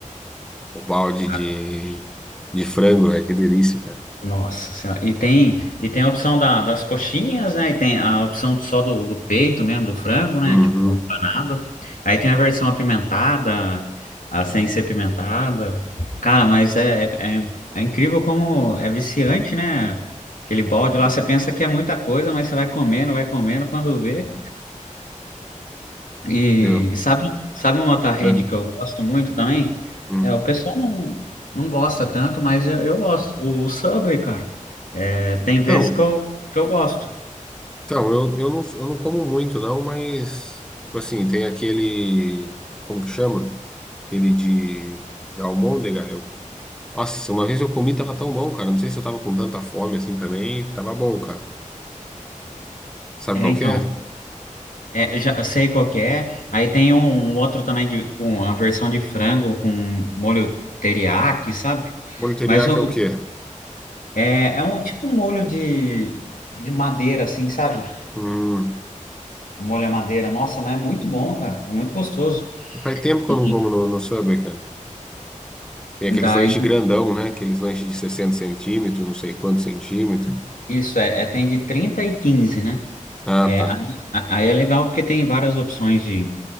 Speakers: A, in the centre; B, on the left (about 90°).
A: o balde de,
B: Ah,
A: de frango, velho. Que delícia, cara.
B: Nossa Senhora. E tem, e tem a opção da- das coxinhas, né? E tem a opção só do, do peito mesmo, do frango, né?
A: Uhum.
B: Tipo, empanado. Aí tem a versão apimentada, a sem ser apimentada. Cara, mas é, é, é é incrível como é viciante, né? Aquele balde lá, você pensa que é muita coisa, mas você vai comendo, vai comendo, quando vê. E
A: Eu,
B: sabe, sabe uma outra rede
A: né?
B: que eu gosto muito também?
A: Hum.
B: É, o pessoal não, não gosta tanto, mas eu, eu gosto. O Subway, cara, é, tem vezes
A: Então,
B: que eu, que eu gosto.
A: Então, eu, eu, não, eu não como muito, não, mas, tipo assim, tem aquele. Como que chama? Aquele de. Da almôndega. Eu, nossa, uma vez eu comi, tava tão bom, cara. Não sei se eu tava com tanta fome assim também. Tava bom, cara. Sabe
B: É,
A: qual
B: então,
A: que é?
B: é, já sei qual que é. Aí tem um um outro também de, com a versão de frango com molho teriyaki, sabe?
A: Molho teriyaki
B: Mas o,
A: é o quê?
B: é, é um tipo um molho de, de madeira, assim, sabe?
A: Hum,
B: Um molho à madeira. Nossa, mas é muito bom, cara. É muito gostoso.
A: faz tempo que
B: E
A: eu não como no, no Subway, cara. Tem
B: daí
A: aqueles lanches grandão, né? Aqueles lanches de 60 centímetros, não sei quantos centímetros.
B: Isso, é, é, tem de 30 e 15, né?
A: Ah,
B: É,
A: tá.
B: aí, a- aí é legal porque tem várias opções de,